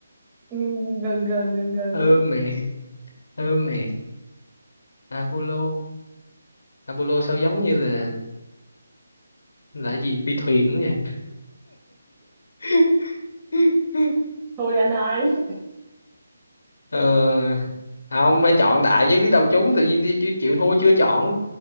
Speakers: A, on the right; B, on the left.
A: Ừ, gần gần gần gần
B: ơ
A: đúng
B: mệt ơ mệt Apollo Apollo sao giống như là là cái gì phi thuyền đó nha <laughs>
A: Thôi đi anh ơi,
B: ờ, không phải chọn đại chứ biết đâu trúng tự nhiên chịu, chịu chịu thua chưa chọn